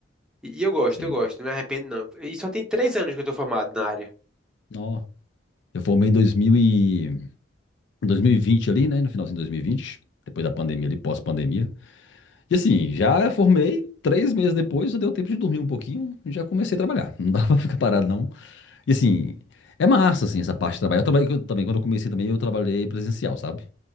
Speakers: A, in the centre; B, on the left.
A: E, e eu gosto,
B: sim.
A: eu gosto, não me arrependo não. E só tem três anos que eu tô formado na área.
B: Ó, eu formei em dois mil e... 2020 ali, né? No finalzinho de dois mil e vinte Depois da pandemia ali, pós-pandemia. E assim, já formei, três meses depois eu deu tempo de dormir um pouquinho já comecei a trabalhar. Não dava <laughs> pra ficar parado, não. E assim, é massa, assim, essa parte de trabalhar. Eu trabalhei eu também, quando eu comecei também, eu trabalhei presencial, sabe?